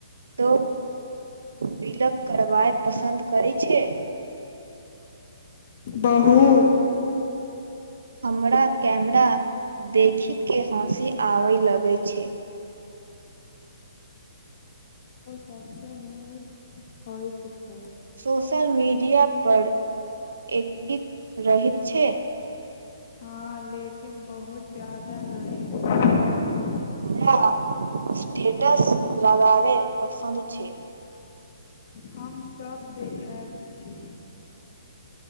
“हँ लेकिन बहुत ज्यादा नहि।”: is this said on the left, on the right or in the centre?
Left